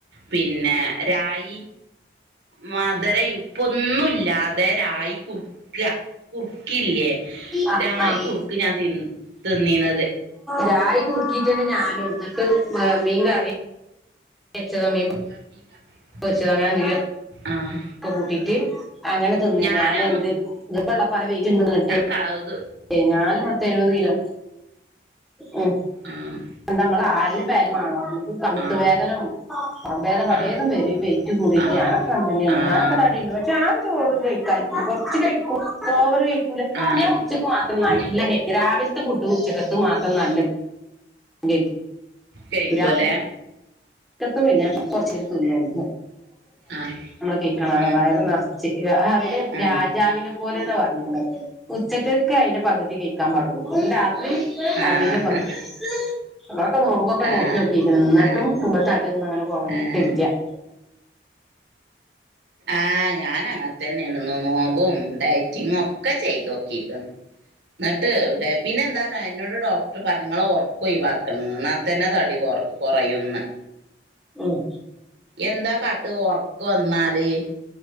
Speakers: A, on the right; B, in the centre.
A: പിന്നെ രായി മധര ഇപ്പൊന്നുല്ലാതെ രായി കുർക്ക കുറുക്കില്ലേ
B: ആഹ്
A: രായി
B: ആഹ്
A: കുറുക്ക് ഞാൻ തി തിന്നീണത്
B: രായ് കുറക്കീട്ടന്നെ ഞാനും ന്നട്ട് മീൻ കറി <unintelligible>
A: <unintelligible>
B: പരിച്ച അങ്ങനെന്തെിലും
A: ആഹ്
B: ക്കെ കൂട്ടീട്ട് അങ്ങനെ തിന്നി
A: ഞാന്
B: ഞാനൻ എന്ത് ഇ വെള്ള പല വെയട്ടുണ്ടന്നിട്ട്
A: കയ്ത്
B: ഏയ് ഞാല് മത്ത എഴുപത് കിലോ ഉം
A: ആഹ്
B: എന്താ നമ്മൾ ആടിന് പരമാണോ നമക്ക് കട്ടുവേദനം
A: ആഹ്
B: സംവേദം പലേതും
A: ആഹ്
B: പരും വൈറ്റ് കൂടിയിട്ട്
A: ആഹ്
B: ഞാനൊക്കെ അൻ തന്നെയാണ്
A: ആഹ്
B: ഞനോക്കെ തടിണ്ട് പക്ഷെ ആൻ ചോറ് കഴിക്കാ കൊറച്ച് കഴിക്കും വർ കഴിക്കൂല
A: ആഹ്
B: ഞാൻ ഉച്ചക്ക് മാത്രം
A: ഉം
B: നല്ല കഴിക്കും രാവിലത്തെ പുട്ടും ഉച്ചക്കത്തും മാത്രം നല്ല <unintelligible>
A: കേക്കല്ലേ
B: രാത്രി <unintelligible> നമ്മള്
A: ആഹ്
B: കേക്കണഅല്ലോ
A: ആഹ്
B: വയറ് നിറച്ച് രാവിലേ
A: ആഹ്
B: രാജാവിനെ പോലെന്നാ പറഞ്ഞിക്കണ ഉച്ചക്കക്കെ അയ്ന്റെ പകുതി കഴിക്കാൻ പാടുള്ള അ രാത്രി
A: ആഹ്
B: അതിനും പകുതി നൊക്കെ നോമ്പൊക്കെ
A: ആഹ്
B: നോറ്റൊക്കിക്കണ് ന്നട്ടും
A: ആഹ്
B: ന തടിയൊന്നും അങ്ങനെ കുറഞ്ഞിട്ടില്ല
A: ആഹ് ആഹ് ഞാൻ അങ്ങനത്തന്നെണ് ഇ നോമ്പും ഡയറ്റിങ്ങും ഒക്കെ ചെയ്ത നോക്കിക്കണ് നട്ട് ഇവിടെ പിന്നെ എന്താ എന്നോട് ഡോക്ടർ പറഞ്ഞങ്ങളെ ഒറക്കോയ്വാക്കരുത് ന്നാത്തന്നെ തടി കൊറയന്ന്
B: ഉം
A: എന്താ കാട്ട ഒർക്ക് വന്നാല്